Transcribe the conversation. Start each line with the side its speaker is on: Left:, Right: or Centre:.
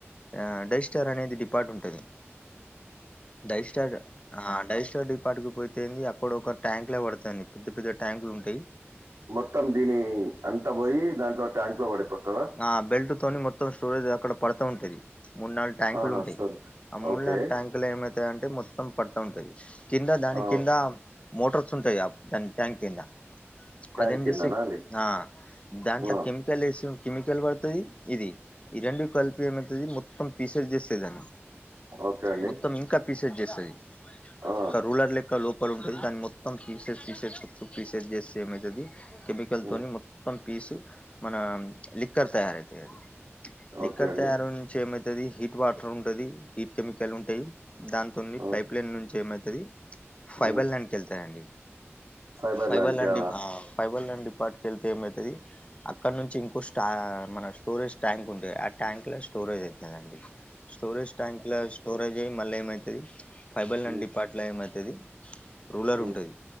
Left: ఆ డైస్టార్ అనేది డిపార్ట్ ఉంటది. డైస్టాడ్ ఆ డైస్టాడిప్ పాటికి పోతేంది, అక్కడ ఒక ట్యాంక్ లో వడతంది. పెద్ద పెద్ద ట్యాంకులు ఉంటాయ్.
Right: మొత్తం దీని అంతా బోయి దాంట్లో ట్యాంక్ లో పడిపోతదా.
Left: ఆ బెల్ట్ తోని మొత్తం స్టోరేజ్ అక్కడ పడుతా ఉంటది మూడ్ నాల్ ట్యాంకులు
Right: ఆహా!
Left: ఉంటాయ్.
Right: సరే.
Left: ఆ మూలాన్
Right: ఓకే.
Left: ట్యాంక్ లేమేతమై అంటే మొత్తం పడుతా ఉంటాయ్ కింద దాని
Right: ఆ!
Left: కిందా. మోటార్స్ ఉంటాయాప్ దాన్ ట్యాంక్ కింద.
Right: ట్యాంక్
Left: అదేం
Right: కిందనా
Left: జేసిక్
Right: అండి?
Left: ఆ దాంట్లో
Right: ఆ!
Left: కెమికల్ ఏసో కెమికల్ వడుతది. ఇది ఈ రెండు కలిపి ఏమైతది, మొత్తం పీసేట్ జేస్తదన్న.
Right: ఓకే అండి.
Left: మొత్తం ఇంకా పీసెజ్ జేసాయ్
Right: ఆ!
Left: క రూలర్ లెక్ క్క లోపల ఉంటది దాన్ని మొత్తం తీసేసి తీసే ప్రీసేజ్ చేస్తే ఏమయితది. గెబికల్
Right: హ్మ్.
Left: తోని మొత్తం పీసు మన లిక్కర్ తయారైతయి అవి. లిక్కర్
Right: ఓకే అండి.
Left: తయారు నుంచి ఏమైతది హీట్ వాటర్ ఉంటది, హీట్ కెమికల్ ఉంటది. దాన్ కొన్ని
Right: ఆ!
Left: పైప్ లైన్ నుంచి ఏమైతది. ఫైబల్
Right: హ్మ్.
Left: ల్యాండ్కి ఏళ్తాయండి.
Right: ఫైబర్
Left: ఫైబల్
Right: లాంటిదా?
Left: ల్యాండ్ డీప్ ఆ పైబల్ ల్యాండ్ డిపార్ట్ కేళ్తే ఏమైతది. అక్కడ నుంచి ఇంకోచ్ టా మన స్టోరేజ్ ట్యాంక్ ఉంటే ఆ ట్యాంక్లా స్టోరేజ్ అయితదండి. స్టోరేజ్ ట్యాంక్లా స్టోరేజ్ అయ్ మళ్ళా ఏమైతది. ఫైబర్ ల్యాండ్
Right: హ్మ్.
Left: డిపార్ట్లా ఏమైతది. రూలర్
Right: హ్మ్.
Left: ఉంటంది.